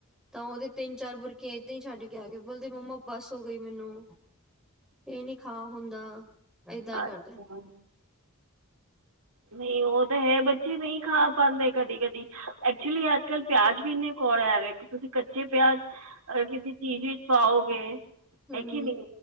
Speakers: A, in the centre; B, on the right (about 80°).
A: ਤਾਂ ਓਹਦੇ ਤਿੰਨ- ਚਾਰ ਬੁਰਕੀਆਂ ਏਦਾਂ ਈ ਛੱਡ ਕੇ ਆ ਕੇ ਬੋਲਦੇ ਮੰਮਾ ਬੱਸ ਹੋ ਗਈ ਮੈਨੂੰ। ਇਹ ਨੀ ਖਾ ਹੁੰਦਾ, ਏਦਾਂ ਕਰਦਾ।
B: ਅੱਛਾ ਨਹੀ ਓ ਤਾਂ ਹੈ, ਬੱਚੇ ਨਹੀ ਖਾ ਪਾਂਦੇ ਕਦੀ-ਕਦੀ ਐਕਚੁਲੀ ਅੱਜ ਕੱਲ ਪਿਆਜ ਵੀ ਇੰਨੇ ਕੋੜੇ ਆ ਰਹੇ, ਤੁਸੀਂ ਕੱਚੇ ਪਿਆਜ ਅਗਰ ਕਿਸੇ ਚੀਜ਼ ਵਿੱਚ ਪਾਓਗੇ
A: ਹੂੰ
B: ਹੈਗੀ ਨੀ,